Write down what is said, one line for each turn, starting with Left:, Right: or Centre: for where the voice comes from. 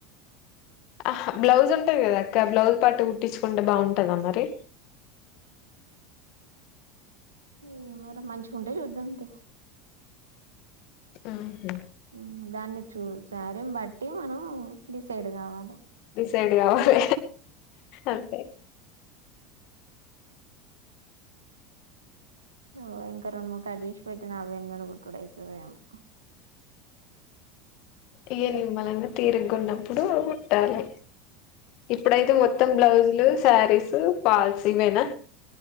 Left: ఆహ్ బ్లౌజ్ ఉంటది. కదా అక్క బ్లౌజ్ పాటు కుట్టించుకుంటే బాగుంటదా. మరి
Right: ఉహ్ మరే మంచిగా ఉంటే చూద్దం. తి
Left: ఊహు
Right: ఉహ్మ్ దాన్ని చూస్ సారీని బట్టి మనం డిసైడ్ కావాలే
Left: డిసైడ్ కావాలే అంతే
Right: ఓ ఇంకా రెండు ముడ్ కట్ చేస్ పెట్టిన. అవ్వీ ఎన్నడుగుట్డుడు అయ్యితదేమో.
Left: ఇయ్ నిమ్మళంగా తిరిగా ఉన్నపుడు కుట్టాలే ఇప్పుడైతే మొత్తం బ్లౌజులు శారీస్, ఫాల్స్ ఇవేనా